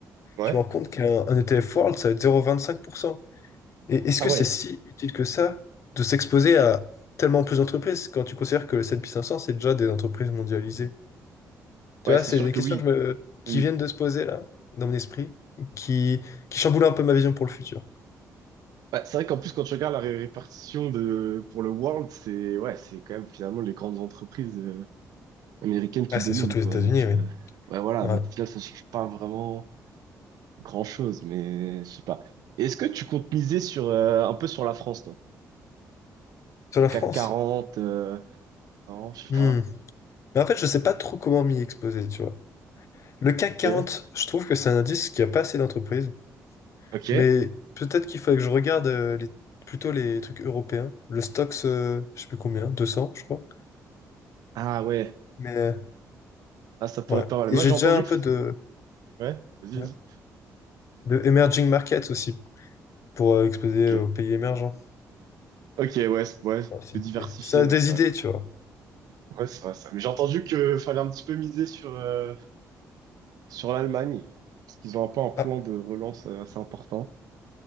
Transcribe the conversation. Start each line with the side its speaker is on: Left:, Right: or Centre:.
Right: ouais.
Left: je me rends compte qu'un un ETF World, ça va être 0,25%. Et est-ce
Right: Ah
Left: que
Right: ouais.
Left: c'est si utile que ça de s'exposer à tellement plus d'entreprises quand tu considères que le S&P 500, c'est déjà des entreprises mondialisées? Tu
Right: Ouais,
Left: vois,
Right: c'est
Left: c'est
Right: sûr
Left: des
Right: que
Left: questions
Right: oui.
Left: que je me...
Right: Oui.
Left: qui viennent de se poser là, dans mon esprit, qui, qui chamboulent un peu ma vision pour le futur.
Right: Bah, c'est vrai qu'en plus, quand tu regardes la ré- répartition de, pour le World, c'est ouais, c'est quand même finalement les grandes entreprises euh, américaines qui
Left: Ah, c'est
Right: dominent,
Left: surtout
Right: quoi.
Left: les États-Unis,
Right: Donc, euh,
Left: oui.
Right: ouais, voilà.
Left: Ouais.
Right: Donc, au final, ça change pas vraiment grand-chose, mais je sais pas. Et Est-ce que tu comptes miser sur, euh, un peu sur la France, toi?
Left: Sur la France?
Right: CAC quarante euh, non, je sais
Left: Hmm.
Right: pas.
Left: Mais en fait, je sais pas trop comment m'y exposer, tu vois. Le CAC
Right: Ok.
Left: 40, je trouve que c'est un indice qui a pas assez d'entreprises,
Right: Ok.
Left: mais peut-être qu'il faudrait que je regarde euh, les... plutôt les trucs européens. Le Stoxx, euh, je sais plus combien, 200, je crois.
Right: Ah ouais.
Left: Mais euh,
Right: Ah, ça pourrait
Left: ouais.
Right: être pas mal.
Left: Et
Right: Moi,
Left: j'ai
Right: j'ai entendu
Left: déjà un peu
Right: que.
Left: de...
Right: Ouais, vas-y,
Left: ouais,
Right: vas-y.
Left: de emerging markets aussi pour euh, exposer
Right: Ok.
Left: aux pays émergents.
Right: Ok, ouais, c- ouais,
Left: Ouais, c'est
Right: te
Left: une
Right: diversifier,
Left: idée. Ça a
Right: ouais,
Left: des
Right: ça.
Left: idées, tu vois.
Right: Ouais, c'est vrai ça. Mais j'ai entendu que fallait un petit peu miser sur, euh, sur l'Allemagne, parce qu'ils ont un peu un plan
Left: Ah,
Right: de relance euh, assez important.